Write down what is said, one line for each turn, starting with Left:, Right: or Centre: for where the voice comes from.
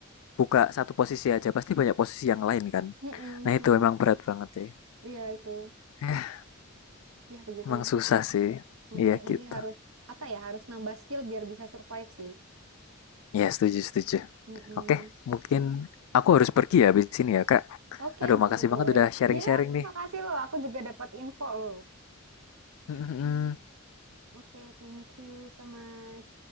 Left: buka satu posisi aja pasti banyak posisi yang lain kan
Right: Mm-mm,
Left: nah itu
Right: mm-mm.
Left: emang berat banget ya
Right: Iya itu,
Left: eh,
Right: ya begitulah.
Left: emang susah sih
Right: Mm-mm,
Left: iya
Right: Jadi
Left: gitu
Right: harus apa ya, harus nambah skill biar bisa survive sih.
Left: ya setuju setuju
Right: Mm-mm.
Left: oke mungkin
Right: Oke,
Left: aku harus pergi ya habis ini ya kak
Right: Oke,
Left: aduh makasih
Right: boleh boleh.
Left: banget udah sharing-sharing
Right: Ya,
Left: nih
Right: makasih loh, aku juga dapat info loh.
Left: Mm-mm.
Right: Oke, thank you so much.